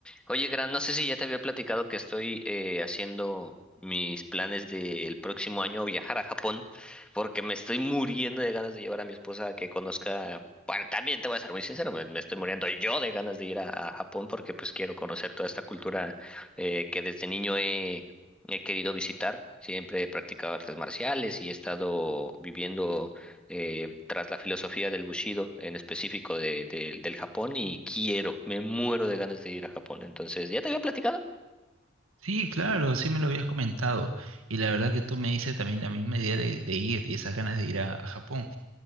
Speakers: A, in the centre; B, on the right.
A: Oye, Gran, no sé si ya te había platicado que estoy eh, haciendo mis planes del próximo año viajar a Japón, porque me estoy muriendo de ganas de llevar a mi esposa a que conozca. Bueno, también te voy a ser muy sincero, me, me estoy muriendo yo de ganas de ir a, a Japón porque pues quiero conocer toda esta cultura eh, que desde niño he, he querido visitar. Siempre he practicado artes marciales y he estado viviendo eh, tras la filosofía del Bushido, en específico de, de- del Japón, y quiero, me muero de ganas de ir a Japón. Entonces, ¿ya te había platicado?
B: Sí, claro, sí me lo habías comentado. Y la verdad que tú me dices también la misma idea de, de ir y esas ganas de ir a, a Japón